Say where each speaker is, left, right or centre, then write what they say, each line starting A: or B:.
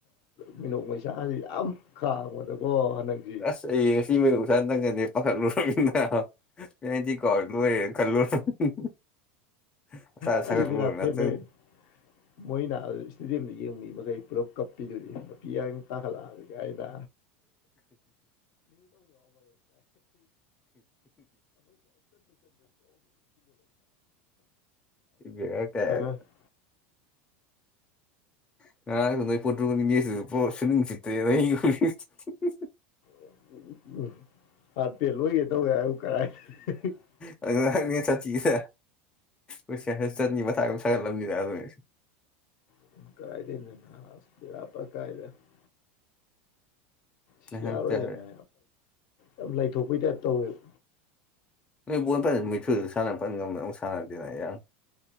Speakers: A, on the left; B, on the left.
A: ꯃꯤꯅꯣꯛ ꯃꯩꯁꯁꯤ ꯌꯥꯝ ꯈꯥꯡꯕꯗꯀꯣ ꯍꯟꯗꯥꯛꯁꯤ
B: <unintelligible> <unintelligible> <unintelligible>
A: ꯑꯥꯔꯖꯦꯟꯇꯤꯅꯥ <unintelligible> ꯃꯣꯏꯅ ꯑꯗꯨ ꯏꯁꯇꯦꯗꯤꯌꯝꯗ ꯌꯦꯡꯃꯤ ꯃꯈꯩ ꯄꯨꯂꯞ ꯀꯞꯄꯤꯗꯨꯗꯤ ꯅꯨꯄꯤ ꯌꯥ ꯇꯥꯈꯠꯂꯛꯑꯒ ꯑꯩꯅ
B: ꯕꯦꯔꯥ ꯀꯥꯏ
A: <unintelligible> <unintelligible>
B: <unintelligible>
A: <unintelligible>
B: ꯑꯗꯨ ꯉꯍꯥꯛꯅꯦ ꯆꯠꯁꯤꯁꯦ ꯑꯩꯁ ꯆꯠꯅꯤ ꯃꯊꯥ ꯑꯗꯨ ꯁꯥꯒꯠꯂꯝꯕꯅꯤꯗ ꯑꯗꯨꯅꯦ
A: <unintelligible> ꯁꯤ
B: ꯅꯍꯥꯟ
A: ꯌꯥꯔꯣꯏꯗꯅꯦ
B: ꯇꯥꯔꯦ
A: ꯌꯥꯝ ꯂꯥꯏꯊꯣꯛꯄꯩ ꯇꯥꯏꯄ ꯇꯧꯋꯦꯕ
B: <unintelligible>